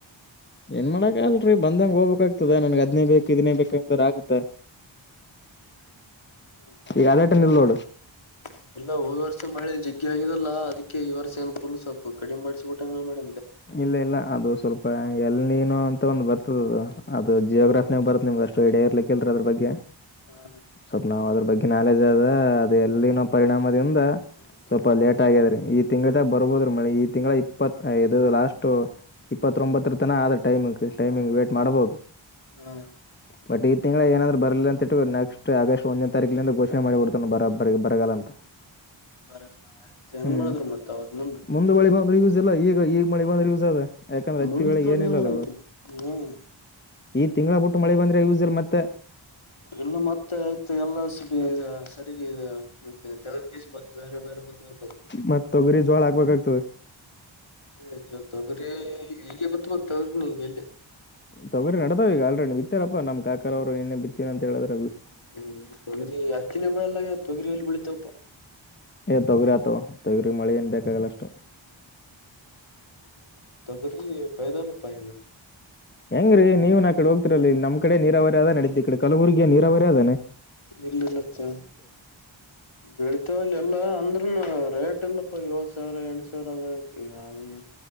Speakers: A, on the left; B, on the left.
A: ಏನ್ ಮಾಡಕಲ್ರರಿ ಬಂದಂಗಗೆ ಹೋಗ್ಬೇಕಾಗ್ತದ ನನ್ಗೆ ಅದ್ನೇ ಬೇಕು ಇದನ್ನೇ ಬೇಕ ಅಂತ ಆಗುತ್ತ
B: ಮತ್ತೆ <unintelligible>
A: ಈಗ ಅದೇಟನ್ ಇಲ್ ನೋಡು
B: ಎಲ್ಲ ಹೋದ ವರ್ಷ ಮಾಡಿದ ಜ ಆಗಿದೆಲ್ಲ ಅದಕ್ಕೆ ಈ ವರ್ಷ ಏ ಫುಲ್ ಸೊಲ್ಪ ಕಡಿಮ ಮಾಡಿಟ್ಟ ಮಾಡ
A: ಇಲ್ಲ ಇಲ್ಲ ಅದು ಸ್ವಲ್ಪ ಎಲ್ಲಿನು ಅಂತ ಒ ಬರ್ತದ ಅದು ಅದು ಜಿಯೋಗ್ರಾಫಿನಾಗ ಬರುತ್ತ ನಿಮ್ ಅಷ್ಟು ಎಡ ಇರ್ಲಿಕ್ಕಲ್ ಅದ್ರ ಬಗ್ಗೆ
B: ಹಾ
A: ಸ್ವಪ್ ನಾವ ಅದ್ರ ಬಗ್ಗೆ ನಾಲೆಜ್ ಆದ ಅದು ಎಲ್ಲಿನೋ ಪರಿಣಾಮದಿಂದ ಸ್ವಲ್ಪ
B: ಹಾ
A: ಲೇಟ್ ಆಗ್ಯಾದ್ರೀ ಈ ತಿಂಗಗಳಿದಾಗ ಬರ್ಬೋದ್ರೀ ಮಳಿ ಈ ತಿಂಗಳ ಇಪ್ಪತ್ ಇ ಲಾಸ್ಟ್ ಇಪ್ಪತ್ತೊಂಬತ್ತರ ತನ ಆದ ಟೈಮಿಂಗ್ ಟೈಮಿಂಗ್ ವೇಟ್ ಮಾಡ್ಬಹುದು
B: ಹ್ಮ
A: ಬಟ್ ಈ ತಿಂಗಳ ಏನಾದ್ರರು ಬರಲಿಲ್ಲ ಅಂತ ಇಟ್ಟು ನೆಕ್ಸ್ಟ್ ಆಗಸ್ಟ್ ಒಂದನೇ ತಾರೀಕಿಂದ ಘೋಷಣೆ ಮಾಡಬಿಡ್ತಾನ ಬರ ಬರಗಲ್ಲ ಅಂತ
B: ಬರ ಆಯ್ತ್ ಹೆಂಗ್
A: ಹ್ಮ್
B: ಮಾಡಿದ್ರು ಮತ್ ಅವಾಗ ಮುಂದ್
A: ಮುಂದ ಬಳಿ ಬಂದ ಈಗ ಈಗ ಮಳಿ ಬಂದ್ರ ಯೂಸ್ ಅದ ಯಾಕಂದ್ರೆ ಅತ್ತ
B: ಮುಂದ್
A: ವೇಳೆ
B: ತೊಂದ್
A: ಏನ ಇಲ್ಲಲ್ಲ
B: ಏನ್ ಮಾಡಬೇಕು
A: ಅವಾಗ
B: ಹ್ಮ್.
A: ಈ ತಿಂಗಗಳ ಬಿಟ್ಟು ಮಳೆ ಬಂದ್ರೆ ಯಸ್ಲ್ ಮತ್ತೆ
B: ಎಲ್ಲ ಮತ್ತೆ ಆಯ್ತ ಎಲ್ಲ ಸ ಸರಿರಿಗೆ ಇದೆ ತಗ <unintelligible> ಬೇರೆ ಬೇರೆ ಬತ್ತುವಕಂತ
A: ಮತ್ ತೊಗರಿ ಜೋಳ ಹಾಕ್ಬೇಕಾಗ್ತದೆ
B: ಹ ತಗರಿ ಗಪ್ಪ ಮ <unintelligible> ನೀ ಗಲ್ಲಿ
A: ತೊಗ್ರಿ ನಡತಾವ ಈಗ ಆಲ್ರೆಡಿ ಬಿತ್ತಾರಪ್ಪ ನಮ್ ಕಾಕರ ಅವರುನ್ನೇ ಬಿತ್ತಿನ ಅಂತ ಹೇಳಿದ್ರೆ
B: ಹ್ಮ ತೊಗರಿ ಹತ್ತಿನ ಬಳಲ್ಲ ತೊಗರಿ ಇಲ್ ಬೆಳಿತಪ್ಪಾ
A: ಏ ತಗರಿ ಆತ ತೊಗರಿ ಮಳಿ ಏನ್ ಬೇಕಾಗಲ್ಲ ಅಷ್ಟು
B: ಬರೀ ಪೈದಲ್ಲ <unintelligible>
A: ಹೆಂಗ್ರೀ ನೀವ ನ ಆ ಕಡೆೋಗ್ತಿರಲ್ಲ ನಮ್ಮ ಕಡೆ ನೀರಾವರಿ ಅದ ನಡೀತಿ ಕಬುರಗಿಯ ನೀರಾವರಿ ಅದ
B: ಇಲ್ಲ ಇಲ್ಲತ್ತ ಬೆಳತಾವಲ್ಲ ಎಲ್ಲ ಅಂದ್ರೂನು ರೇಟ್ ಟಲ್ಲಪ್ಪ ಏಳ್ ಸಾವಿರ ಎಂಟ್ ಸಾವಿರ ಅದ ಯಾವ್ದನು